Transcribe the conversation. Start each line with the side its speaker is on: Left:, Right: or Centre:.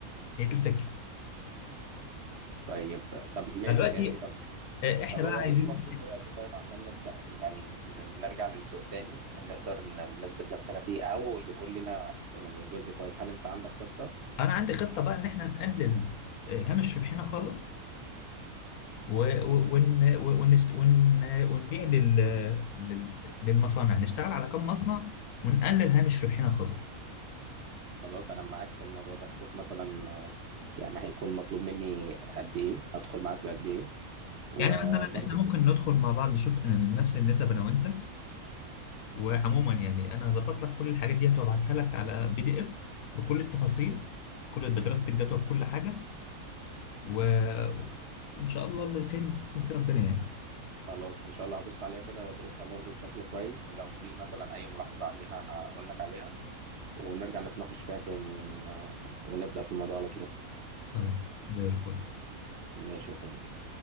Left: هي دي الفكره
Right: طيب طب ماشي
Left: فدلوقتي
Right: إيه- إيه، طب
Left: آه، احنا
Right: طب
Left: بقى
Right: هو
Left: عايزين
Right: ايه المطلوب دلوقتي طيب عشان نبدأ يعني ن- ن- نرجع للسوق تاني ونقدر ن- نثبت نفسنا فيه او يكون لنا يعني جزء كويس هل انت عندك خطة
Left: انا عندي خطه بقى ان احنا نقلل آه، هامش ربحنا خالص و- و- ون ونشت ون ونبيع لل... لل... للمصانع نشتغل على كم مصنع ونقلل هامش ربحنا خالص
Right: خلاص انا معاك في الموضوع ده شوف مثلا آه، يعني هيكون مطلوب مني قد ايه ادخل معاك بقد ايه وبرضه
Left: يعني مثلا احنا ممكن ندخل مع بعض نشوف إن نفس النسب انا وانت وعموما يعني انا هظبط لك كل الحاجات ديت وابعتها لك على بي دي اف بكل التفاصيل بكل بدراسة الجدوى بكل حاجة و... وان شاء الله اللي خير يكون في ربنا يعني
Right: خلاص ان شاء الله هبص عليها كده وادرسها برضه بشكل كويس ولو في مثلا اي ملاحظة عليها هقول لك عليها ونرجع نتناقش فيها تاني ون... ونبدأ في الموضوع على طول
Left: خلاص زي الفل
Right: ماشي يا صديقي